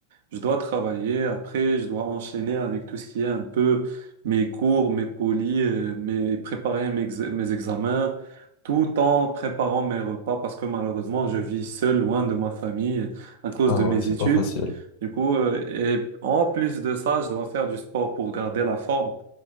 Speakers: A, on the right; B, on the left.
A: je dois travailler, après je dois enchaîner avec tout ce qui est un peu mes cours, mes polis, euh, mes préparer mes, ex- mes examens, tout en préparant mes repas parce que malheureusement je vis seul loin de ma famille à cause
B: Ah
A: de mes
B: ouais, c'est
A: études.
B: pas facile.
A: Du coup, euh, et en plus de ça, je dois faire du sport pour garder la forme.